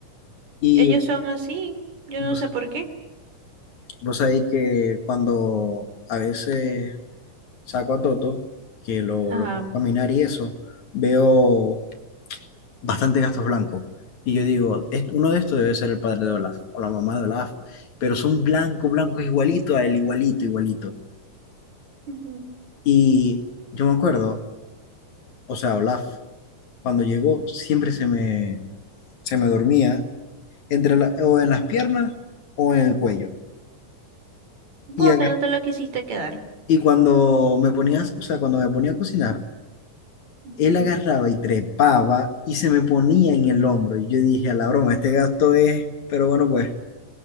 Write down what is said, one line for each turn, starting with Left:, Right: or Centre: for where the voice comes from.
Left: Y
Right: Ellos son así, yo
Left: vos,
Right: no sé por qué.
Left: vos sabéis que cuando a veces saco a Toto, que lo,
Right: Ajá.
Left: lo pongo a caminar y eso, veo bastantes gatos blancos. Y yo digo, "Es- uno de estos debe ser el padre de Olaf o la mamá de Olaf, pero son blanco, blanco, igualito a él, igualito, igualito.
Right: ujú.
Left: Y yo me acuerdo, o sea, Olaf Cuando llegó, siempre se me, se me dormía entre la- o en las piernas o en el cuello. Y,
Right: Vos
Left: agar-
Right: que no te lo quisiste quedar.
Left: y cuando me ponías o sea, cuando me ponía a cocinar,
Right: Ujú.
Left: él agarraba y trepaba y se me ponía en el hombro. Y yo dije, a la broma, este gasto es, pero bueno, pues,